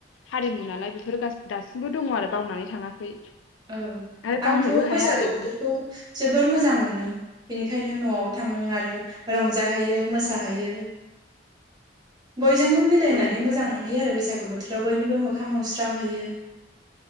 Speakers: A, on the left; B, on the right.
A: हारिमु नालाय बेफोर दासिमबो दङ आरो बावनानै थाङाखै
B: औ
A: आरो बावनोबो
B: आंथ' बैसागु
A: हाया आरो
B: बोथोरखौ जों जोबोर मोजां मोनो बिनि खायनो न'आव थाङो आरो रंजाहैयो मोसाहैयो बयजोंबो मिलायनानै
A: औ
B: मोजां मोनहैयो आरो बैसागु बोथोराव बयनिबो मोखां नुस्रांहैयो